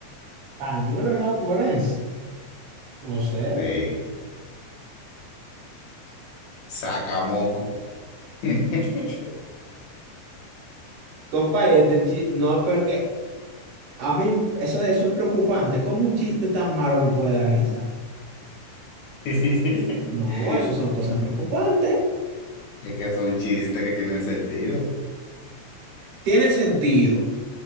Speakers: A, on the right (about 75°); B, on the left (about 70°).
A: Pañuelo en japonés. No sé.
B: Sí, sakamoko. <laughs>
A: Compa, y este chiste. No, pero que a mí eso, eso es preocupante. ¿Cómo un chiste tan malo no puede dar risa?
B: <laughs>
A: No, eso son cosas preocupantes.
B: Es que es un chiste que tiene sentido.
A: Tiene sentido.